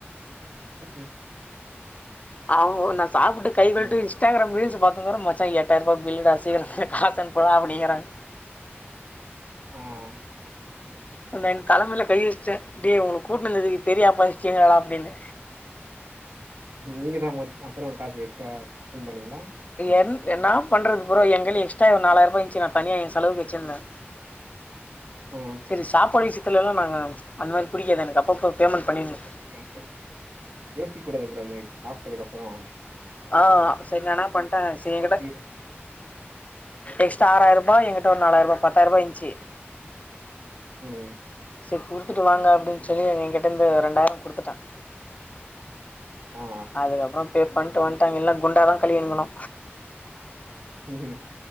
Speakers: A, on the right; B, on the left.
A: <inaudible>
B: ஆவோ நா சாப்டுட்டு கை கலுட்டு
A: ஆ
B: இஸ்டாகிராம் ரீல்ஸ் பாத்தங்கிறோ மச்சா எட்டாயிருபா பில் டா சீக்கரொ காசு அனுப்புடா அப்டிங்குறாங்
A: ம்
B: அந்த தலமேல கை வச்ட்டே அப்டியே உன்ன கூட்டுனு வந்துக்கு பெரிய ஆப்பா வச்சிங்களடா அப்டின்னே
A: நீங்க தா அப்றொ காசு எக்ஸ்ட்ரா சென் பண்ணிங்ளா
B: என் என்னா பண்றது ப்றோ எங்கைல எக்ஸ்ட்டா நாலாயிர ருவா இருந்துச்சு நா தனியா எ செலவுக்கு வச்சுருந்தே
A: ஆ
B: சரி சாப்பாட் விசித்தல லா நாங்க அந்த மாரி புடிக்காது எனக்கு அப்பப்ப பேமெண்ட் பண்ணிருனு
A: <unintelligible> யோசிக் கூடாது புரோ இதுமாரி சாப்புட்டதுக்ப்புரோ
B: ஆ சரி நா எனா பண்ட்டே சேர்
A: காசு
B: கி
A: இதுல
B: எக்ஸ்டா ஆறாய்ருபா என்கிட்ட ஒரு நாலாய்ரபா பத்தாய்ர்ரூபா இன்ச்சு
A: ம்
B: சேர் குடுத்துட்டு வாங்க அப்டின்னு சொல்லி எங்க கிட்ட இருந்து ரெண்டாயிரோ குடுத்துட்டாங்க
A: ஆ ஆ
B: அதுக்கப்புரோ பே பண்ணிட்டு வன்டே இல்ல குண்டா தா கலுவீன்ங்கணு
A: ம்